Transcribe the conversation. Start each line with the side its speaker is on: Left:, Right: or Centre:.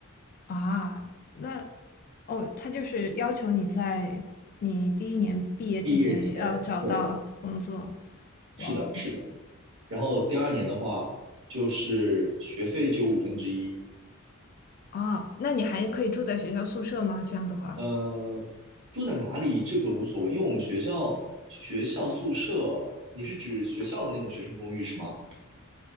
Left: 啊，那哦，他就是要求你在你第一年毕业之前要找到工作。
Right: 毕业前，对，是的，
Left: 哇哦！
Right: 是的。然后第二年的话，就是学费只有五分之一。
Left: 哦，那你还可以住在学校宿舍吗？这样的话，
Right: 呃，住在哪里这个无所谓，因为我们学校学校宿舍，你是指学校的那种学生公寓是吗？